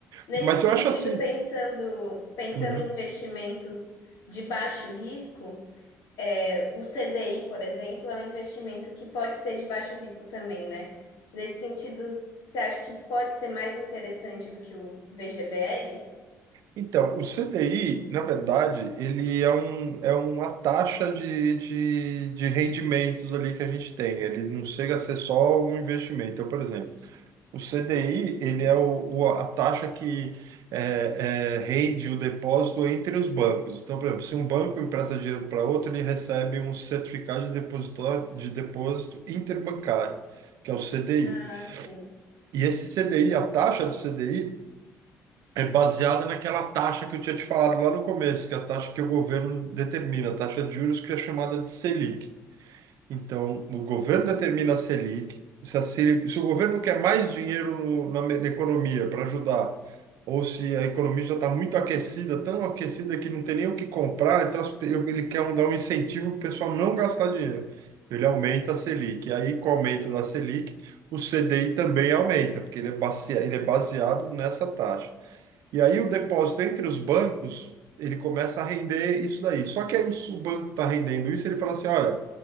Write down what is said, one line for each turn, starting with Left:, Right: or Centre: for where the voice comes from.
Left: Nesse
Right: Mas
Left: sentido,
Right: eu acho assim.
Left: pensando, pensando
Right: Uhum.
Left: em investimentos de baixo risco, é, o CDI, por exemplo, é um investimento que pode ser de baixo risco também, né? Nesse sentido, você acha que pode ser mais interessante do que o VGBL?
Right: Então, o CDI, na verdade, ele é, um, é uma taxa de, de, de rendimentos ali que a gente tem. Ele não chega a ser só um investimento. Então, por exemplo, o CDI, ele é o, o- a taxa que é, é, rende o depósito entre os bancos. Então, por exemplo, se um banco empresta dinheiro para outro, ele recebe um certificado de depositório, de depósito interbancário, que é o CDI.
Left: Ah, sim.
Right: E esse CDI, a taxa do CDI, é baseada naquela taxa que eu tinha te falado lá no começo, que é a taxa que o governo determina, a taxa de juros que é chamada de Selic. Então, o governo determina a Selic. Se, a Selic- se o governo quer mais dinheiro no- na, me- na economia para ajudar, ou se a economia já está muito aquecida, tão aquecida que não tem nem o que comprar, então as pe- ele quer um- dar um incentivo para o pessoal não gastar dinheiro. Então, ele aumenta a Selic. E aí, com o aumento da Selic, o CDI também aumenta, porque ele é base- ele é baseado nessa taxa. E aí o depósito entre os bancos, ele começa a render isso daí. Só que aí o, o banco está rendendo isso, ele fala assim, olha,